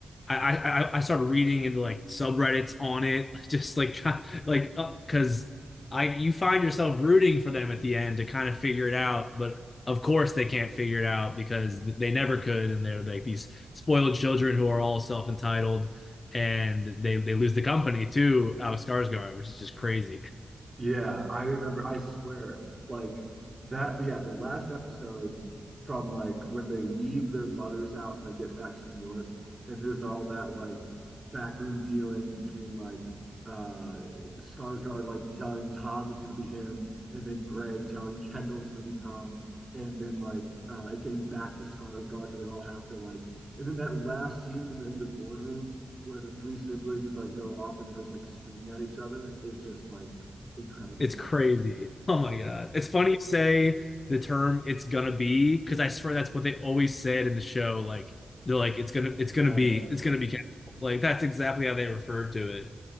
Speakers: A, on the left (about 45°); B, on the right (about 30°).
A: I, I I started reading into like subreddits on it, <laughs> just like try, like because I you find yourself rooting for them at the end to kind of figure it out, but of course they can't figure it out because they never could, and they're like these spoiled children who are all self-entitled, and they they lose the company too, Alex Skarsgård, which is just crazy.
B: yeah, I remember. I swear, like that. Yeah, the last episode from like when they leave their mother's house and they get back to New York, and there's all that like backroom dealing between like uh Skarsgård like telling Tom it's gonna be him, and then Greg telling Kendall it's gonna be Tom, and then like uh it getting back to Skarsgård, so they all have to like, and then that last scene when they're in the boardroom where the three siblings like go off and they're just like screaming at each other is just like incredible
A: It's
B: television.
A: crazy. <laughs> Oh my
B: Yeah.
A: God. It's funny you say the term it's gonna be, because I swear that's what they always said in the show. Like they're like, it's gonna it's gonna
B: Oh,
A: be,
B: yeah.
A: it's gonna be Kendall. Like that's exactly how they referred to it.